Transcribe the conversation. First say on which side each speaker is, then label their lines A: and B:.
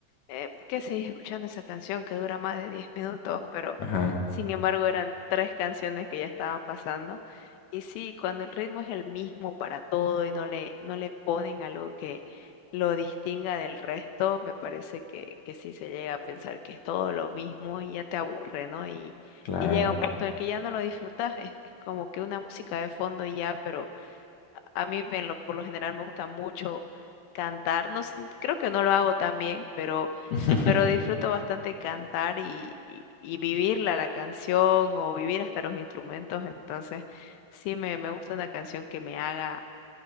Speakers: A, on the left (about 75°); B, on the left (about 60°).
A: eh, ¿por qué seguís escuchando esa canción que dura más de 10 minutos? Pero
B: Ajá,
A: sin embargo eran tres canciones que ya estaban pasando. Y sí, cuando el ritmo es el mismo para todo y no le, no le ponen algo que lo distinga del resto, me parece que, que sí se llega a pensar que es todo lo mismo y ya te aburre, ¿no? Y,
B: claro.
A: y llega un punto en el que ya no lo disfrutas, es, es como que una música de fondo y ya, pero a mí en lo- por lo general me gusta mucho cantar, no, sé, creo que no lo hago tan bien, pero
B: <laughs>
A: pero disfruto bastante cantar y, y, y vivirla la canción o vivir hasta los instrumentos, entonces sí me, me gusta una canción que me haga,